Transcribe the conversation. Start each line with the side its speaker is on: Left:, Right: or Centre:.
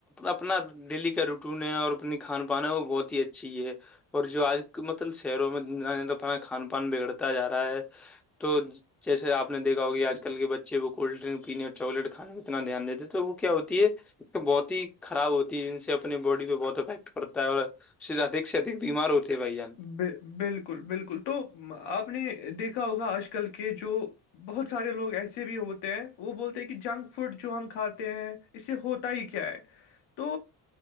Centre: اپنا ڈیلی کا روٹین ہے اور اپنی کھان پان ہے وہ بہت ہی اچھی ہے اور جو آج مطلب شہروں میں ن اپا کھان پان بگڑتا جا رہا ہے تو جیسے آ نے دیکھا ہوگ کہ آج کل کے بچے وہ کولڈ ڈرنک پینے اور چاکلیٹ کھانے میں اتنا دھیان دیتے ہیں تو وہ کیا ہوتی ہے بہت ہی خراب ہوتی ہے جن سے اپنی باڈی پہ بہت افیکٹ پڑتا ہے اور ادک سے ادک بیمار ہوتے ہیں بھائی جان
Left: ب بالکل بالکل تو آپ نے دیکھا ہوگا آج کل کے جو بہت سارے لوگ ایسے بھی ہوتے ہیں وہ بولتے ہیں کہ جنک فوڈ جو ہم کھاتے ہیں اس سے ہوتا ہی کیا ہے تو